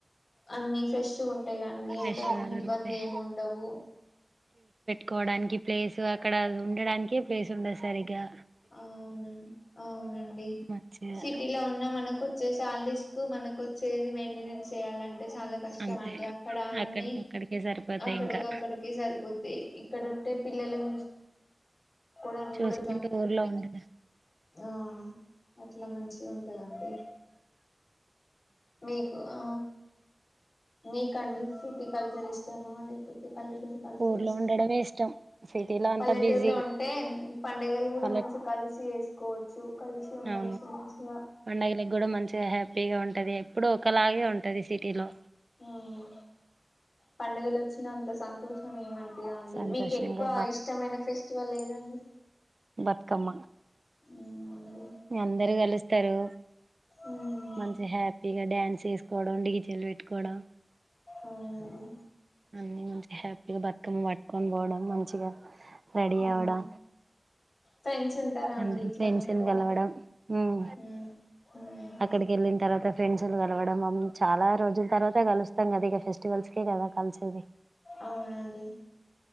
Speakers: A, on the left; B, on the right.
A: అన్ని ఫ్రెష్ ఉంటాయి కదండి,
B: ఫ్రెష్గా
A: ఎంతగానో
B: దొరుకుతాయి
A: ఇబ్బంది ఏమి ఉండవు.
B: కోవడానికి ప్లేస్ అక్కడ ఉండడానికే ప్లేస్ ఉండదు సరిగ్గా
A: ఆ అవునండి అవునండి
B: మంచిగా
A: సిటీలో ఉన్నా మనకు వచ్చే సాలరీస్ కు మనకు వచ్చేది మెయింటెనెన్స్ చేయాలంటే చాలా కష్టం
B: అంతే
A: అండి అక్కడ అన్ని
B: అక్కడికి అక్కడికే సరిపోతాయి
A: అక్కడికి
B: ఇంకా
A: అక్కడికి సరిపోతాయి ఇక్కడ ఉంటే పిల్లలని చూస్ కోడానికి
B: చూసుకుంటూ
A: కూడా
B: ఊర్లో ఉండడం
A: ఆ అట్లా మంచిగా ఉంటదండి మీకు ఆ మీకండి సిటీ కల్చర్ ఇష్ట మాలపోతే పల్లెటూరు కలిసి
B: ఊర్లో
A: ఇష్టం
B: ఉండడమే ఇష్టం సిటీలో అంతా
A: పల్లెటూరులో
B: బిజీ
A: ఉంటే పంండగలు కూడా
B: పల్లెటూరు
A: మంచి కలిసి వేసు కోచు కలిసి ఉండొచ్చు
B: అవును
A: మంచిగా
B: పండగలకి కూడా మంచిగా హ్యాపీగా ఉంటది ఎప్పుడు ఒకలాగే ఉంటది సిటీలో
A: మ్ పండుగలు వచ్చినంత సంతోషం ఏమం అండి
B: సంతోషంగా
A: మీకు ఎక్కువ ఇష్టమైన ఫెస్టివల్ ఎదండి
B: బత్కమ
A: అవునా అండి
B: అందరు కలుస్తారు
A: ఉమ్
B: మంచి హ్యాపీగా డ్యాన్స్ చేసుకోవడం డిగిచల్లి పెట్టుకోవడం
A: అవనండి
B: అన్ని మంచి హ్యాపీగా బతుకమ్మ పట్టుకొని పోవడం మంచిగా రెడీ
A: ఉమ్
B: అవడం
A: ఫ్రెండ్స్ ఉంటారా
B: అందు
A: అండి ఇట్లా
B: ఫ్రెండ్స్ని
A: మీకు
B: కలవడం మ్
A: ఉమ్ ఉమ్
B: అక్కడికి వెళ్ళిన తర్వాత ఫ్రెండ్స్లు కలవడం చాలా రోజుల తర్వాత కలుస్తాం కదా ఇక ఫెస్టివల్స్ కే కదా కల్చది
A: అవునండి